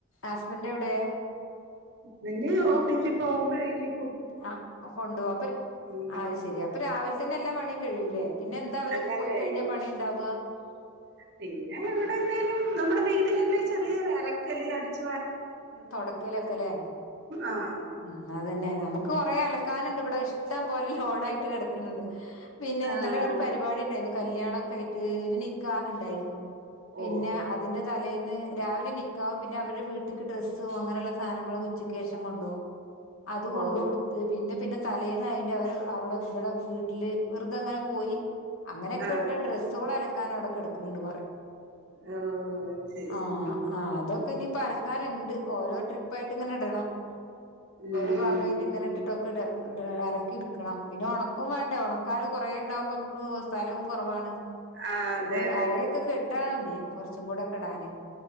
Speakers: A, on the left; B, on the right.
A: ഹസ്ബൻഡ് എവിടെ
B: നിന്റെ, ഓഫീസി പോമ്പഴേക്കും
A: ആ, കൊണ്ടു പോവ, അപ്പൊര്,
B: ഉം
A: ആയ്ശെരി, അപ്പൊരാവിലെ തന്നെ, എല്ലാ പണിയും, കഴിയൂലേ. പിന്നെ, എന്താ, അവരൊക്കെ,
B: എല്ലാം
A: പോയി
B: കഴിയും
A: കഴിഞ്ഞാ, പണിണ്ടാവ.
B: പിന്നെ, വെടെന്തേലും, നമ്മടെ, വീടുകളിൽ, ഈ, ചെറിയ, അലക്കല്, അടിച്ച്
A: തൊ ടക്കലൊക്കെ, ലെ,
B: ആഹ്
A: ഉം, തെന്നെ, നമ്മക്ക്, കൊറേ, അലക്കാന്ണ്ട്, വ്ടെ ഇഷ് ഷ്ട്ടം, പോലെ, ലോഡായിട്ട്, കെടക്ക്ണ്ണ്ട്, പിന്നെ,
B: ആഹ്
A: ന്നെലെ, ഒരു പര്പാടി ണ്ടേയ്ന്നു കല്യാണൊക്കെയിട്ട്, ഒരു നിക്കാഹ്‌, ണ്ടായിരുന്നു, പിന്നെ,
B: ഓ
A: അതിന്റെ, തലേന്ന്. രാവിലെ, നിക്കാഹും, പിന്നെ, അവരെ, വീട്ട്ക്ക്, ഡ്രസ്സും, അങ്ങനെള്ള, സാനങ്ങളും, ഉച്ചയ്ക്കേഷം, കൊണ്ടോവും അത്, കൊണ്ട്
B: ഓ
A: കൊടുത്ത്, പിന്നെ, പിന്നെ, തലേ <unintelligible> അവര്, അവടെ, വടെ, വീട്ടില്, വെറുതങ്ങനെ, പോയി അങ്ങനെയൊക്കെ,
B: ആഹ്
A: ഇട്ട, ഡ്രസ്സൊള്, അലകാനവടെ, കിടക്ക്ണ് ണ്ട്, കൊറയെ
B: ഓ ശരി
A: ആ,
B: ഉം
A: അ, അതൊക്കെ ക്കെ, നിപ്പലക്കാന്ണ്ട്, ഓരോ, ട്രിപ്പായിട്ട്ങ്ങനെടണം,
B: ഉം
A: ഒരു, ഭാഗായ്ട്ടിങ്ങനെട്ടിട്ട് <unintelligible> അലക്കിട്ക്കണം, പിന്നെ, ഓണാക്കുംവാണ്ടെ, ഓണക്കാനും, കൊറയെ ണ്ടാവുമ്പോമ്മക്ക്, സ്ഥലോം, കൊറവാണ്.
B: ആഹ്
A: പിന്നെ,
B: അതെ അതെ
A: അഴയൊക്കെ, കെട്ടാഞ്ഞ്, കൊറച്ചും കൂടൊക്കെഡാന്.